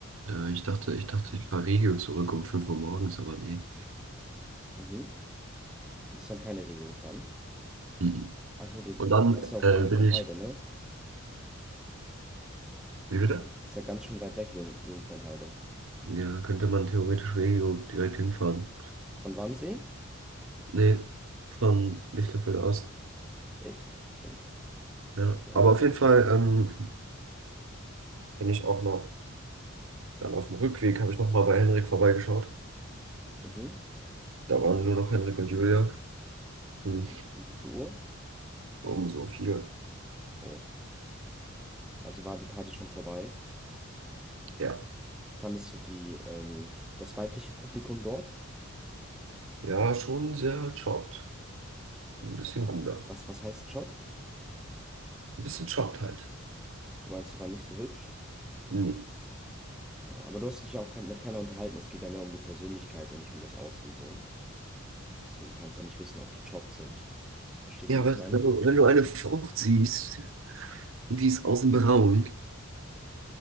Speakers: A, on the right; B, in the centre.
A: Äh, ich dachte, ich dachte, ich fahre Regio zurück um 5 Uhr morgens, aber nee.
B: Mhm. Du bist dann keine Regio gefahren.
A: Mhm.
B: Achso, du
A: Und dann
B: warst ja auch
A: äh,
B: in Jungfernheide,
A: bin ich,
B: ne?
A: Wie
B: Das
A: bitte?
B: ist ja, das ist ja ganz schön weit weg, Jung, Jungfernheide.
A: Ja, könnte man theoretisch Regio direkt hinfahren.
B: Von Wannsee?
A: Nee, von Lichterfeld aus.
B: Echt? Stimmt.
A: Ja,
B: Da wird ja
A: aber
B: auch Regen.
A: auf jeden Fall ähm, bin ich auch noch, dann auf dem Rückweg habe ich nochmal bei Henrik vorbeigeschaut.
B: Mhm.
A: Da waren nur noch Henrik und Julia. Hm,
B: Um, um wie viel Uhr?
A: um so viel.
B: Oh. Also war die Party schon vorbei?
A: Ja,
B: Wie fandest du die, ähm, das weibliche Publikum dort?
A: ja, schon sehr chopped. Ein bisschen guter.
B: Was, was heißt jobbt?
A: Ein bisschen chopped halt.
B: Du meinst, die waren nicht so hübsch?
A: Nee.
B: Ja, aber du hast dich ja auch kein, mit keiner unterhalten. Es geht ja mehr um die Persönlichkeit und nicht um das Aussehen so. Deswegen kannst du ja nicht wissen, ob die jobbt sind. Verstehst
A: Ja,
B: du, wie
A: was,
B: ich meine?
A: wenn du, wenn du eine Frucht siehst und die ist außen braun,